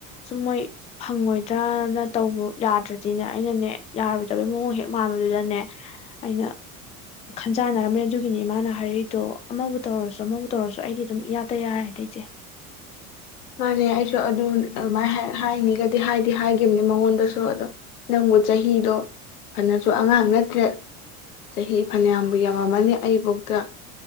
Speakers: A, on the left; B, on the left.
A: ꯁꯨꯝ ꯃꯣꯏ ꯐꯪꯉꯣꯏꯗ꯭ꯔꯅ ꯇꯧꯕ ꯌꯥꯗ꯭ꯔꯗꯤꯅꯦ ꯑꯩꯅꯅꯦ ꯌꯥꯔꯣꯏꯗꯕꯩ ꯃꯑꯣꯡ ꯍꯦꯛ ꯃꯥꯟꯕꯗꯨꯗꯅꯦ ꯑꯩꯅ ꯈꯟꯖꯥꯟꯅꯔꯝꯃꯦ ꯑꯗꯨꯒꯤꯅꯦ ꯃꯥꯅ ꯍꯥꯏꯔꯛꯏꯗꯣ ꯑꯃꯕꯨ ꯇꯧꯔꯁꯨ ꯑꯃꯕꯨ ꯇꯧꯔꯁꯨ ꯑꯩꯗꯤ ꯑꯗꯨꯝ ꯏꯌꯥꯗ ꯌꯥꯔꯦꯗ ꯏꯆꯦ
B: ꯃꯥꯅꯦ ꯑꯩꯁꯨ ꯑꯗꯨ ꯑꯗꯨꯃꯥꯏꯅ ꯍꯥꯏꯅꯤꯒꯗꯤ ꯍꯥꯏꯗꯤ ꯍꯥꯏꯈꯤꯕꯅꯦ ꯃꯉꯣꯟꯗꯁꯨ ꯑꯗꯣ ꯅꯪꯕꯨ ꯆꯍꯤꯗꯣ ꯐꯅꯁꯨ ꯑꯉꯥꯡ ꯅꯠꯇ꯭ꯔꯦ ꯆꯍꯤ ꯐꯅꯌꯥꯝꯕꯨ ꯌꯥꯝꯃꯝꯃꯅꯤ ꯑꯩꯐꯧꯗ